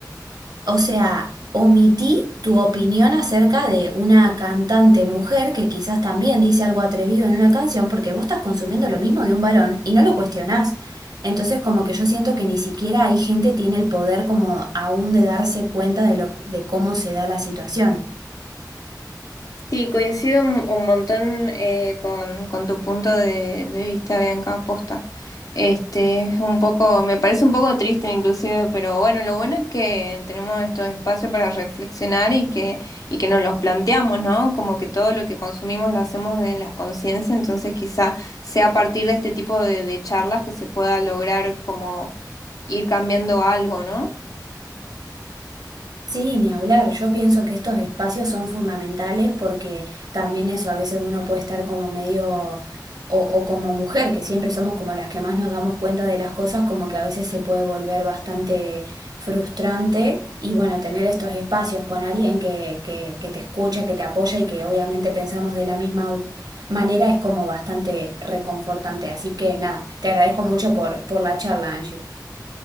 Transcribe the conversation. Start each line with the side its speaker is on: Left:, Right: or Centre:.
Right: o sea, omití tu opinión acerca de una cantante mujer que quizás también dice algo atrevido en una canción porque vos estás consumiendo lo mismo de un varón y no lo cuestionás. Entonces, como que yo siento que ni siquiera hay gente tiene el poder como aún de darse cuenta de lo, de cómo se da la situación.
Left: Sí, coincido un un montón eh, con, con tu punto de, de vista, Bianca, aposta. Este, es un poco, me parece un poco triste inclusive, pero bueno, lo bueno es que tenemos estos espacios para reflexionar y que, y que nos los planteamos, ¿no? Como que todo lo que consumimos lo hacemos de las conciencias, entonces quizá sea a partir de este tipo de, de charlas que se pueda lograr como ir cambiando algo, ¿no?
Right: Sí, ni hablar. Yo pienso que estos espacios son fundamentales porque también eso, a veces uno puede estar como medio o, o como mujer, que siempre somos como las que más nos damos cuenta de las cosas, como que a veces se puede volver bastante frustrante y bueno, tener estos espacios con alguien que, que, que te escucha, que te apoya y que obviamente pensamos de la misma manera es como bastante reconfortante. Así que nada, te agradezco mucho por, por la charla, Angie.